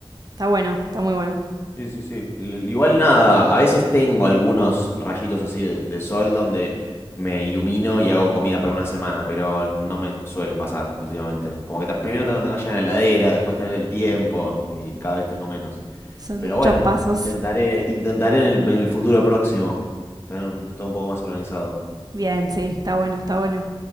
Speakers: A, on the right; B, on the left.
A: Está bueno, está muy bueno.
B: Sí, sí, sí. L- Igual nada, a veces tengo algunos rayitos así de, de sol donde me ilumino y hago comida para una semana, pero no me suele pasar últimamente. Como que ta- primero tengo que tener llena la heladera, después tener el tiempo y cada vez tengo menos.
A: Son
B: Pero
A: muchos
B: bueno,
A: pasos.
B: intentaré, intentaré en el, en el futuro próximo tener un- todo un poco más organizado.
A: Bien, sí, está bueno, está bueno.